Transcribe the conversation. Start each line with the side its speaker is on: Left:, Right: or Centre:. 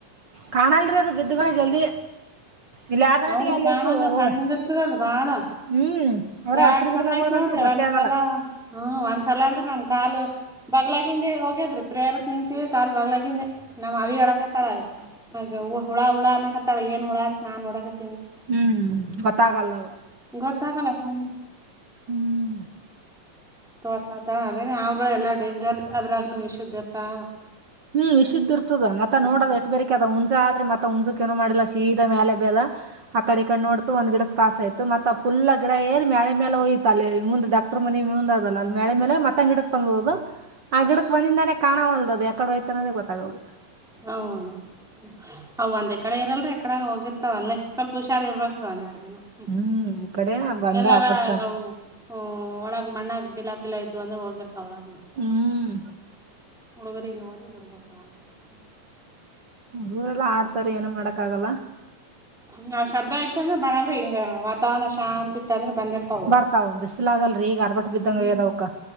Right: ಕಾಣಲ್ರಿ ಅದು ಬಿದ್ದ ಜಲ್ದಿ ಇಲ್ಲಿ ಯಾವ್ದರಟ್ಟಿಗೆ
Centre: ಹೌದ್ರಿ
Right: ಅಲ್ಲಿ
Centre: ಕಾಣಲ್ಲ
Right: ಇರ್ತದ ರೋಡ್
Centre: ಸಣ್ಣದ ಇರ್ತದಲ್ ಬಾಳ
Right: ಹ್ಮ್ ಅವ್ರ
Centre: ಎರಡ್
Right: ಹಸ್ರ್
Centre: ಸಲ
Right: ಗಿಡದಾಗ
Centre: ಆಯ್ತು
Right: ಹೋದ್ರ
Centre: ನೋಡ್ರಿ
Right: ಅಂತ್ರು
Centre: ಒಂದ
Right: ಗೊತ್ತೇ
Centre: ಒಂದ್
Right: ಆಗಲ್ಲ.
Centre: ಸಲ ಹ್ಮ ಒಂದ್ಸಲ ಅಂದ್ರೆ ನಮ ಕಾಲು ಬಗ್ಲಾಗಿಿಂದೆ ಹೋಗದ್ರು ಪ್ರೇರಕ್ ನಿಂತೀವಿ ಕಾಲ್ ಬಗ್ಲಾಗಿಿಂದೆ ನಮ್ಮ್ ಅವಿ ಹಡಕತ್ತಾಳ ಹಾಗೆ ಹುಳ ಹುಳ ಅನಕತ್ತಳ ಏನ್ ಹುಳ ಅಂತ ನಾ ನಡಕತ್ತ
Right: ಹ್ಮ್ ಗೊತ್ತಾಗಲ್ಲದು
Centre: ಗತ್ತಾಗಲ ಸಾ
Right: ಹ್ಮ್
Centre: ತೋರ್ಸಾ್ದಳ ಅದೇನ ಅವವುಗಳ ಎಲ್ಲ ಡೇಂಜರ್ ಅದ್ರಾಗನು ವಿಷುದದ್ಧ ಇರ್ತಾವ
Right: ಹ್ಮ್ ವಿಷದ್ ಇರ್ತದ ಮತ್ತ
Centre: ಹ್ಮ್
Right: ನೋಡದ್ ಎಟ್ ಬರೆಕ ಅದ ಆದ್ರೆತ್ತ ಹುಣಸುಕ್ ಏನ ಮಾಡಿಲ್ಲೀದ ಮೇಲೆ ಬೇದ ಆ ಕಡೆ ಈ ಕಡೆ ನೋಡ್ತು ಒಂದ ಗಿಡಕ್ ಪಾಸ್ ಆಯ್ ಮತ್ತ ಅಪ್ಪ ಇಲ್ಲ ಗಿಡ ಎರಿ ಮಳೆ ಮೇಲೆ ಹೋಗಯತ ಅಲ್ಲಿ ಮುಂದೆ ಡಾಕ್ಟರ್ ಮನೆ ಮುಂದ್ ಅದಲ್ಲ ಅಲ್ಲಿ ಮಳೆ ಮೇಲೆ ಮತ್ತ ಗಿಡಕ್ ತಂದದ ಅದು ಆ ಗಿಡಕ್ ಬಂದಿಂದಾನೇ ಕಾಣವ ಅಲ್ದ ಅದು ಎಕಡೆ ಹೋಯ್ತಾನನದೇ ಗೊತ್ತಾಗೋ್ದು
Centre: ಹೌದು ಅವ ಒಂದ್ ಕಡೆ ಇರಲ್ರಿ ಎಕಡೆ ಹೋಗಿರ್ತಾವ ಅಲ್ಲೇ ಸ್ವಲ್ಪ ಹುಷಾರಿ ಇರ್ಬೇಕ್ರೀ ಒಂದ್ ಎರಡು ಹ್ಮ
Right: ಹ್ಮ್ ಈ ಕಡೆ ಬಂದ
Centre: ಎಲ್ಲಾರ
Right: ಆಕಡೆ ತಂದ್
Centre: ಅ ಒಳಗ ಮಣ್ಣಾಗ ಬಿಲಾ ಪಿಲಾ ಇದ್ದ್ ಅಂದ್ರೆ ಹೋಗಿರ್ತಾವ ಒಳಗ್
Right: ಹ್ಮ್
Centre: ಹಡುಗೊರಗ್ ನೋಡಿರ ಹುಡುಗ್ರ ಆಗುತ್ತೆ
Right: ಹುಡುಗೂರೆಲ್ಲಾ ಆಡ್ತಾರ ಏನ ಮಾಡಕ್ ಆಗಲ್ಲ
Centre: ಹ ನಾವ್ ಶಬ್ದ ಯತ್ ಅಂದ್ರೆ ಬರಲ್ರಿ ಹಿಂಗ ವಾತಾವರ್ರಣ ಶಾಂತಿ ಇತ್ತ ಅಂದ್ರ ಬಂದಿರ್ತಾವ
Right: ಬರ್ತಾವ್ ಬಿಸಿಲಾದಲ್ರಿ ಈಗ ಅರ್ಬಟ್ ಬಿದ್ದಂಗ
Centre: ಹ್ಮ್
Right: ಆಗ್ಯದ ಅವಕ್ಕ